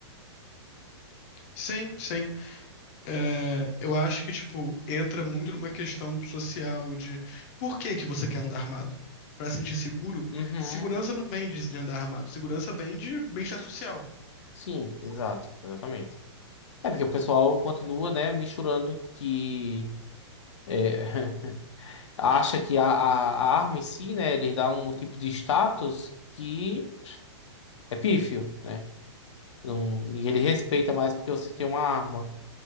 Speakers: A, on the left; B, on the left.
A: Sim, sim. É, eu acho que, tipo, entra muito numa questão social de por que que você quer andar armado? Pra se sentir seguro?
B: Uhum.
A: Segurança não vem de de andar armado, segurança vem de bem-estar social.
B: Sim, exato, exatamente. É porque o pessoal continua, né, misturando que é, <laughs> acha que a, a, a arma em si, né, ele dá um tipo de status que é pífio, né? Não, e ele respeita mais porque você tem uma arma,